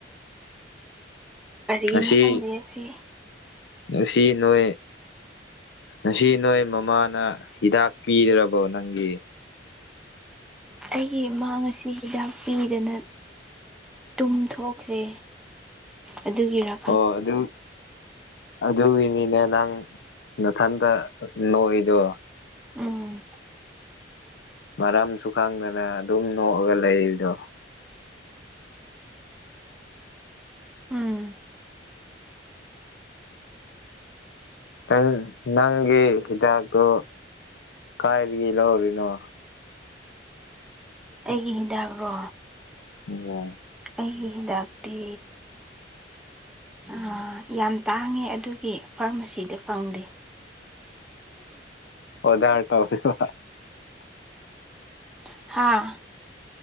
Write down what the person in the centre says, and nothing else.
ꯀꯔꯤꯅꯣ
ꯈꯪꯗꯦ ꯑꯁꯤ
ꯑꯩꯒꯤ ꯏꯃꯥ ꯉꯁꯤ ꯍꯤꯗꯥꯛ ꯄꯤꯗꯅ ꯇꯨꯝ ꯊꯣꯛꯈ꯭ꯔꯦ ꯑꯗꯨꯒꯤ ꯔ
ꯎꯝ
ꯎꯝ
ꯑꯩꯒꯤ ꯍꯤꯗꯥꯛꯔꯣ
ꯑꯩꯒꯤ ꯍꯤꯗꯥꯛꯇꯤ ꯑꯥ ꯌꯥꯝ ꯇꯥꯡꯉꯦ ꯑꯗꯨꯒꯤ ꯐꯥꯔꯃꯥꯁꯤꯗ ꯐꯪꯗꯦ
ꯍꯥꯥ